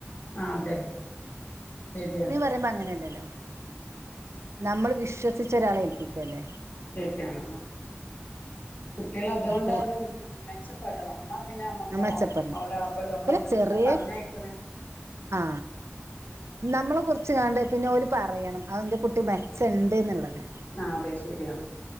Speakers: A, on the left; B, on the right.
A: ആ അതെ ശെരിയാണ്
B: <unintelligible> അങ്ങനെയല്ലല്ലോ നമ്മള് ഇഷ് വിശ്വസിച്ചൊരാളെ ഏൽപ്പിക്കല്ലേ
A: ശെരിയാണ് കുട്ട്യാള് അതുകൊണ്ടാണ്ട്
B: അപ്പൊ
A: മെച്ചപ്പെടണം ന്നാ പിന്നെ നമ്മക്ക്
B: മെച്ചപ്പെടണം
A: അം അവിടെ നമ്മളെ
B: പിന്നെ
A: വീട്ടക്ക്
B: ചെറിയ
A: പറഞ്ഞയ്ക്ക്ണെ
B: ആ നമ്മളെ കുറിച്ച്ങ്ങാണ്ട് പിന്നെ ഓല് പറയണം ഔ ന്റെ കുട്ടി ചെണ്ട്ന്നുള്ളത്
A: ആ അതെ ശരിയാണ്